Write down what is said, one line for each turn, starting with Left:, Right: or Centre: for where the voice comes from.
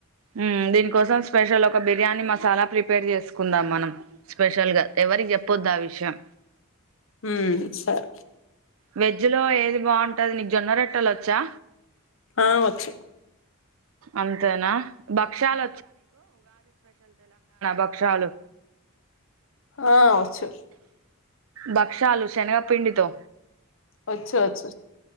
Right: హ్మ్ దీనికోసం స్పెషల్ ఒక బిర్యానీ మసాలా ప్రిపేర్ చేసుకుందాం మనం స్పెషల్ గా ఎవరికి చె పొద్దు విషయం
Left: హ్మ్ సరే
Right: వెజ్ లో ఏది బాగుంటుది నీ జొరెట్టల వచ్ జా
Left: ఆ వచ్
Right: అంతేనా భక్షాల భక్షాలు
Left: ఆ వచ్చు
Right: భక్షాలు శనగపిండితో
Left: వచ్చు వచ్చు